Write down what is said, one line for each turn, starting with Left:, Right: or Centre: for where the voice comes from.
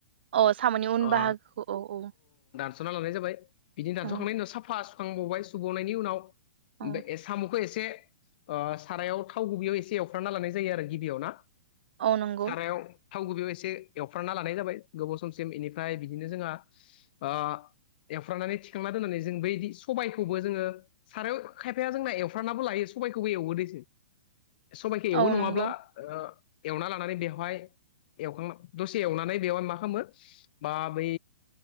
Right: औ साम'नि उन
Left: अ
Right: बाहागो औ औ
Left: दानस'ना लानाय जाबाय बिदिनो दानस'खांनायनि
Right: औ
Left: उनाव साफा सुखांबावबाय सुबावनायनि उनाव
Right: औ
Left: सामुखौ एसे एसे ओ सारायाव थाव गुबैयाव एसे एवफ्रना लानाय जायो आरो गिबियाव ना?
Right: आ नंगौ
Left: सारायाव थाव गुबैयाव एसे एवफ्राना लानाय जाबाय गोबाव समसिम बेनिफ्राय बिदिनो जोंहा ओ एवफ्रानानै थिखांना दोननानै जों बैदि सबायखौबो जोङो सारायाव खायफाया जोंना एवफ्रानाबो लायो सबायखौबो एवो दे। सबायखौ एवो
Right: औ
Left: नङाब्ला
Right: नंगौ
Left: एवना लानानै बेवहाय एवखां दसे एवनानै बेवहाय मा खालामो बा बै